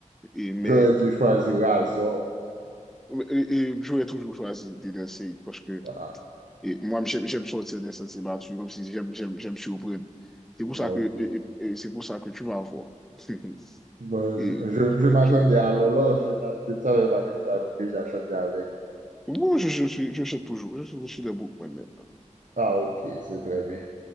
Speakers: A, in the centre; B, on the right (about 85°).
A: Et, mais
B: J'aurais dû choisir Razor.
A: et, et j'aurais toujours choisi des merci parce que
B: Ah,
A: et moi, j'aime j'aime sortir des sentiers battus, comme si j'aime j'aime j'aime surprendre. C'est
B: ok.
A: pour ça que, et- et- et c'est pour ça que tu vas voir. <laughs>
B: Bon,
A: Et
B: je, je,
A: je,
B: je
A: vais-
B: m'attendais
A: je,
B: à Lolo, je n'a- je ne savais pas que tu avais déjà chanté avec lui.
A: bon, je, je suis, je suis toujours, je suis, je suis debout maintenant.
B: Ah, ok, c'est très bien.